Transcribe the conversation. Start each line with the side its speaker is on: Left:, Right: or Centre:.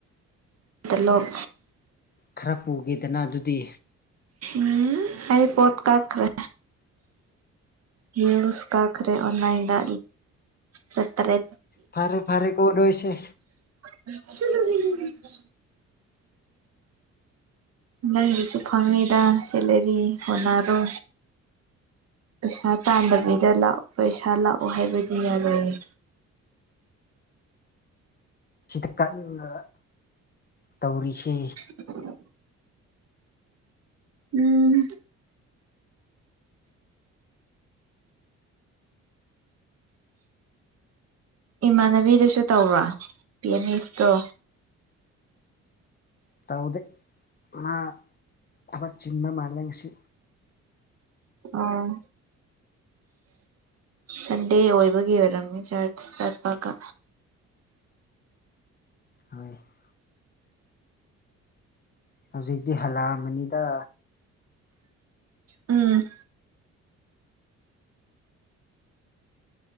Right: ꯇ‌ꯣꯂꯣꯞ
Left: ꯈꯔ ꯄꯨꯒ‌ꯦꯗꯅ ꯑꯗꯨꯗꯤ
Right: ꯎꯝ ꯑꯩ ꯄꯣꯠ ꯀꯥꯈ꯭ꯔꯦ ꯌꯤꯜꯁ ꯀꯥꯈ꯭ꯔꯦ ꯑꯣꯟꯂꯥꯏꯟꯗ ꯆꯇꯥꯔꯦ
Left: ꯐꯔꯦ ꯐꯔꯦ ꯀ‌ꯣ ꯅ‌ꯣꯏꯁꯦ
Right: <unintelligible> ꯅꯪꯒꯤꯁꯨ ꯐꯪꯅꯤꯗ ꯁꯦꯂꯔꯤ ꯍꯣꯠꯅꯔꯣ ꯄꯩꯁꯥ ꯇꯥꯟꯗꯕꯤꯗ ꯂꯥꯛꯑꯣ ꯄꯩꯁꯥ ꯂꯥꯛꯑꯣ ꯍꯥꯏꯕꯗꯤ ꯌꯥꯔꯣꯏꯌꯦ
Left: ꯁꯤꯗ ꯀꯟꯅ ꯇꯧꯔꯤꯁꯦ
Right: <unintelligible> ꯎꯝ ꯏꯃꯥꯟꯅꯕꯤꯗꯁꯨ ꯇꯧꯕ꯭ꯔꯥ ꯄꯤꯌꯥꯅꯤ ꯏꯁꯇꯣ
Left: ꯇꯧꯗꯦ ꯃꯥ ꯊꯕꯛ ꯆꯤꯟꯕ ꯃꯥꯜꯂꯦ ꯉꯁꯤ
Right: ꯑꯥ ꯁꯟꯗꯦ ꯑꯣꯏꯕꯒꯤ ꯑꯣꯏꯔꯝꯃꯤ ꯆꯔꯆ ꯆꯠꯄꯒ
Left: <inaudible> ꯍꯧꯖꯤꯛꯇꯤ ꯍꯜꯂꯛꯑꯝꯃꯅꯤꯗ
Right: ꯎꯝ